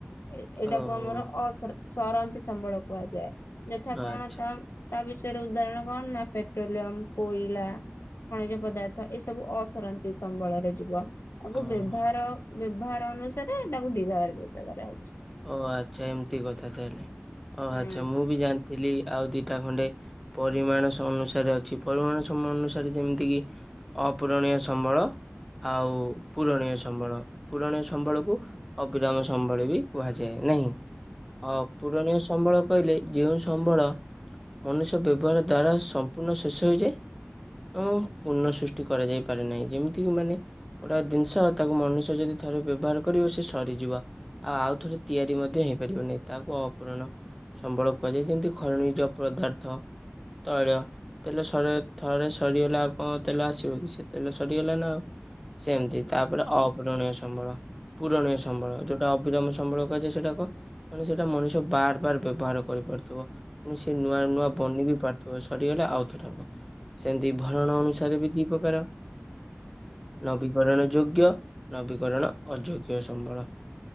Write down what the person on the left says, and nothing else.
ଏ-ଏଇଟାକୁ
ଆମର ଅସର ସରନ୍ତି ସମ୍ବଳ କୁହାଯାଏ ଯଥା କଣ
ତା ତା ବିଷୟରେ ଉଦାହରଣ କଣ ନା ପେଟ୍ରୋଲିୟମ, କୋଇଲା। ଖଣିଜ ପଦାର୍ଥ ଏସବୁ ଅସରନ୍ତି ସମ୍ବଳରେ ଯିବ। ତାକୁ
ବ୍ୟବହାର ବ୍ୟବହାର ଅନୁସାରେ ତାକୁ ଦି ଭାଗ ରେ ବିଭକ୍ତ କରାହେଇଛି।
ହୁଁ।